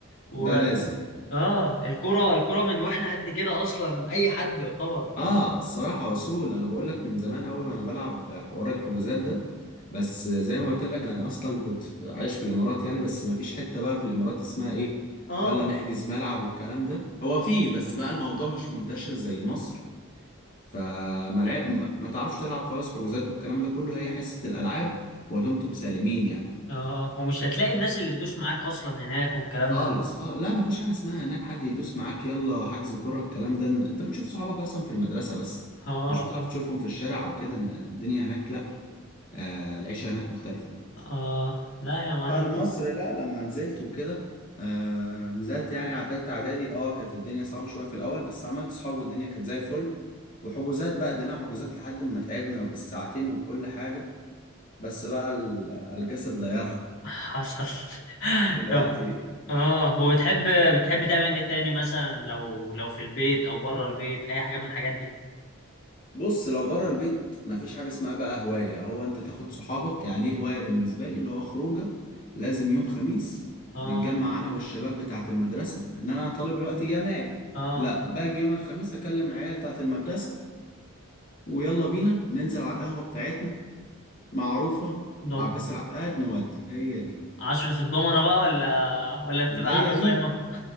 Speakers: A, on the left (about 65°); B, on the left (about 40°).
A: و...
B: ده لازم
A: اه الكرة الكرة من واحنا قد كده اصلا اي حد يعتبر الحاج.
B: اه الصراحة اصول انا بقول لك من زمان قوي وانا بلعب حوار الحجوزات ده بس زي ما قلت لك انا اصلا كنت عايش في الامارات يعني بس ما فيش حتة بقى في الامارات اسمها ايه
A: اه
B: يلا نحجز ملعب والكلام ده هو فيه بس بقى الموضوع مش منتشر زي مصر فما لعب ما ما تعرفش تلعب خالص حجوزات والكلام ده كله هي حصة الالعاب ودمتم سالمين يعني
A: اه ومش هتلاقي الناس اللي تدوس معاك اصلا هناك والكلام
B: خالص
A: ده
B: خالص لا مفيش حاجة اسمها هناك حد يدوس معاك يلا حجز كرة الكلام ده انت بتشوف صحابك اصلا في المدرسة بس
A: اه
B: مش بتعرف تشوفهم في الشارع او كده ان الدنيا هناك لا آه العيشة هناك مختلفة يعني
A: اه لا يا معلم
B: بقى مصر لا لما نزلت وكده آه نزلت يعني على تالتة اعدادي اه كانت الدنيا صعبة شوية في الاول بس عملت صحاب والدنيا كانت زي الفل وحجوزات بقى ادينا حجوزات لحد ما تعبنا وبالساعتين وبكل حاجة بس بقى ال- الجسد لا يرحم
A: حصل <laughs>
B: دلوقتي
A: طب اه وبتحب بتحب تعمل ايه تاني مثلا لو لو في البيت او بره البيت اي حاجة من الحاجات دي
B: بص لو بره البيت مفيش حاجة اسمها بقى هواية هو انت تاخد صحابك يعني دي هواية بالنسبة لي اللي هو خروجة لازم يوم خميس
A: اه
B: نتجمع انا والشباب بتاعة المدرسة ان انا طالب الوقت جامعي
A: اه
B: لا باجي يوم الخميس اكلم عيال بتاعة المدرسة ويلا بينا ننزل على القهوة بتاعتنا معروفة
A: دم
B: عباس العقاد نودي هي دي
A: عشرة الضمنة بقى ولا ولا بتبقى
B: هي
A: قاعدة صايمة
B: دي